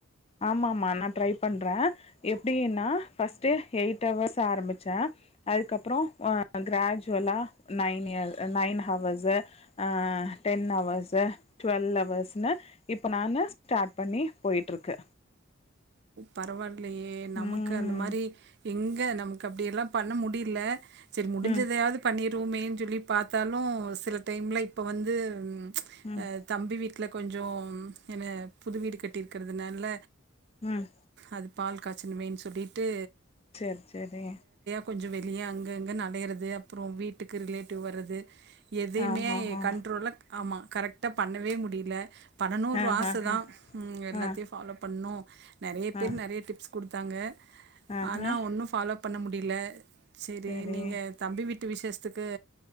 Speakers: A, on the left; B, on the right.
A: ஆமாமா நா ட்ரை பண்றே எப்டின்னா ஃபர்ஸ்ட்டு எயிட் ஹவர்ஸ் ஆரம்பிச்சே அதுக்கப்றோ ஆ கிராஜுவலா நைன் இய நைன் ஹவர்ஸு ஆ டென் ஹவர்ஸு டுவெல்வ் ஹவர்ஸ் ன்னு இப்ப நானு ஸ்டார்ட் பண்ணி போய்ட்ருக்கு
B: பரவால் இல்லையே நமக்கு
A: ம்
B: அந்த மாரி எங்க நமக் அப்படி எல்லாம் பண்ண முடியல சரி முடிஞ்சதையாவது
A: ம்
B: பண்ணி ரூமேன்னு சொல்லி பார்த்தாலும் சில டைமில் இப்போ வந்து
A: ம்
B: அஹ் தம்பி வீட்டு இதில கொஞ்சம் என்ன புது வீடு கட்டியிருக்கிறது நல்ல
A: உஹம்
B: அது பால் காய்ச்சமேன்னு சொல்லிட்டு
A: சரி சரி
B: கொஞ்சம் வெளியே அங்கே இங்கனு அலையுதது அப்புறம் வீட்டுக்கு ரிலேட்டிவ் வரது எதையுமே
A: ஆ ஹா ஹா
B: கண்ட்ரோல்ல ஆமா கரெக்டாக பண்ணவே முடியல பண்ணணுன்ற
A: ஆ
B: ஆசதா
A: ஹா ஹா
B: ம் எல்லாத்தையு
A: ஆ
B: ஃபாலோ பண்ணணு நிறைய பேரு
A: ஆ
B: நிறைய டிப்ஸ் கொடுத்தாங்க
A: ஆ
B: ஆனா
A: ஹா
B: ஒன்னும் ஃபாலோப் பண்ண முடியல சரி
A: சேரி
B: நீங்க தம்பி விட்டு வீட்டு விசேஷத்துக்கு